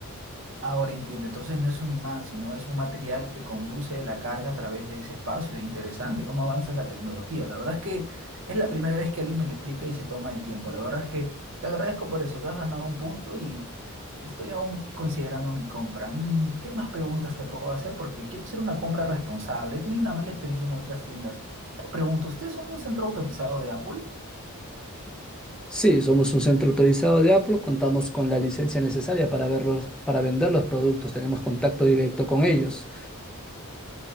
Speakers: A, on the right; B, in the centre.
A: Ahora entiendo, entonces no es un imán, sino es un material que conduce la carga a través de ese espacio. Interesante, cómo avanza la tecnología. La verdad es que es la primera vez que alguien me lo explica y se toma el tiempo. La verdad es que te agradezco por eso, te has ganado un punto y estoy aún considerando mi compra. Mm, ¿Qué más preguntas te puedo hacer? Porque quiero hacer una compra responsable. He tenido una mala experiencia en otras tiendas. Una pregunta, ¿ustedes son un centro autorizado de Apple?
B: Sí, somos un centro autorizado de Apple, contamos con la licencia necesaria para verlos, para vender los productos, tenemos contacto directo con ellos.